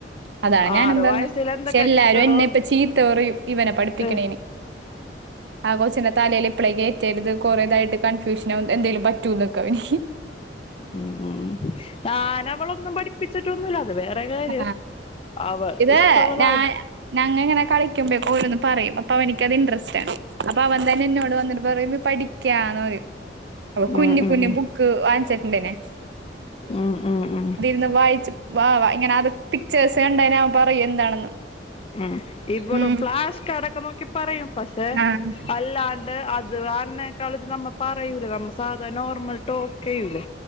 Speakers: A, on the right (about 70°); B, on the left (about 30°).
A: അതാണ് ഞാനെന്താന്ന്
B: ആറു വയസ്സിൽ എന്തൊക്കെ
A: പക്ഷെ എല്ലാരും
B: കിട്ടണോ
A: എന്നെ ഇപ്പ ചീത്ത പറയും ഇവനെ പഠിപ്പിക്കിണേന്
B: ഉം
A: ആ കൊച്ചിന്റെ തലേല് ഇപ്പളേ കേറ്റരുത് കുറേതായിട്ട് കൺഫ്യൂഷൻ ആവും എന്തേലും പറ്റുനൊക്കെ ഇഹി
B: ഉം ഉം ഞാൻ അവളൊന്നും പഠിപ്പിച്ചിട്ടൊന്നുല്ല അത് വേ റെ കാര്യം
A: ആ
B: അവ
A: ഇത്
B: ഇഷ്ട്ടോള്ളത്
A: ഞാൻ
B: അവ
A: ഞങ്ങ ഇങ്ങനെ കളിക്കുമ്പോക്കെ ഓരോന്ന് പറയും അപ്പൊ അവനിക്കത് ഇൻട്രസ്റ്റാണ് അപ്പൊ അവൻ തന്നെ എന്നോട് വന്നിട്ട് പറയും പഠിക്കാന്ന് പറയും അപ്പൊ കുഞ്ഞ്
B: ഉം ഉം
A: കുഞ്ഞ് ബുക്ക് വാങ്ങിച്ചിട്ടുണ്ടേ ഞാൻ
B: ഉം ഉം ഉം
A: ന്ന് വായിച്ച് വാ വ ഇങ്ങനെ ആത് പിക്ചേഴ്സ് കണ്ടേയ്ഞ്ഞാനൻ പറയും എന്താണെന്ന്
B: ഉം ഇവളും
A: ഉം
B: ഫ്ലാസ്ക് അടക്ക നോക്കി പറയും പസേ
A: ആഹ്
B: അല്ലാ ണ്ട് അത് അന്നേക്കാള നമ്മ പറയൂലേ നമ്മ സാധാരണ നോർമൽ ടോക്കെയ്യൂല്ലേ